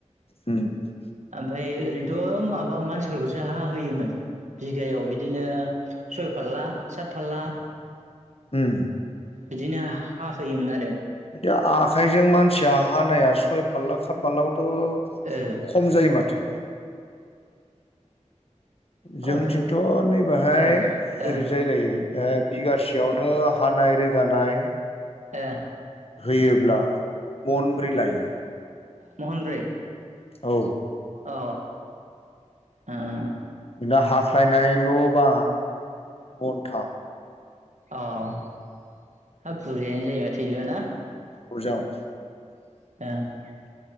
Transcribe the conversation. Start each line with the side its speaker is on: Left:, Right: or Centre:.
Left: उम
Right: फाय ओरैनोथ' माबा मानसिफोरखौसो हाहोयोमोन बिगायाव बिदिनो सयफाल्ला सातफाल्ला
Left: उम
Right: बिदिनो हा होयोमोन आरो।
Left: दि आखाइजों मानसिया हानाया सय फाल्ला खात फाल्ला बा थ'
Right: ओ
Left: खम जायो माथो?
Right: खम
Left: जोंनिथिंथ' नैबाहाय
Right: ओ ओ
Left: ओरै जायलायो ओ बिगासेयावनो हानाय रोगानाय
Right: ए
Left: होयोब्ला मनब्रै लायो।
Right: महनब्रै?
Left: औ
Right: औ ओम
Left: दा हाख्लायनायल'बा मन्थाम।
Right: अ हाब बुरजायानो जायो माथो इदिबा ना?
Left: बुरजा ओं।
Right: <unintelligible>